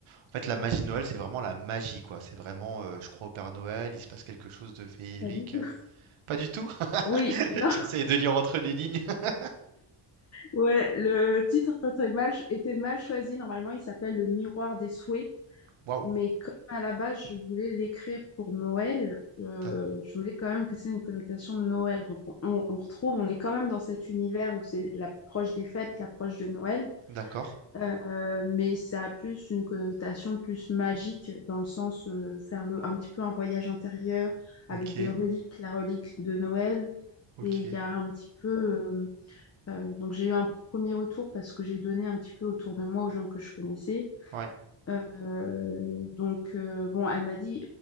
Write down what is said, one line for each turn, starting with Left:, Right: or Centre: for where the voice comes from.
Right: En fait, la magie de Noël, c'est vraiment la magie, quoi. C'est vraiment, euh, je crois au Père Noël, il se passe quelque chose de féerique.
Left: Pas du tout.
Right: euh, Pas du tout. <laughs>
Left: Oui, <laughs> non.
Right: J'essaye de lire entre les lignes. <laughs>
Left: Ouais, le titre était mal, était mal choisi. Normalement, il s'appelle Le miroir des souhaits.
Right: Waouh.
Left: Mais comme à la base, je voulais l'écrire pour Noël, euh,
Right: D'a-
Left: je voulais quand même que c'est une connotation de Noël. Donc on, on- on retrouve, on est quand même dans cet univers où c'est l'approche des fêtes, l'approche de Noël,
Right: D'accord.
Left: Euh, mais ça a plus une connotation plus magique dans le sens euh, faire le, un petit peu un voyage intérieur
Right: Ok.
Left: avec des reliques, la relique de Noël.
Right: Ok.
Left: Et il y a un petit peu... euh, euh, donc j'ai eu un premier retour parce que j'ai donné un petit peu autour de moi aux gens que je connaissais.
Right: Ouais.
Left: Euh, donc, euh, bon, elle m'a dit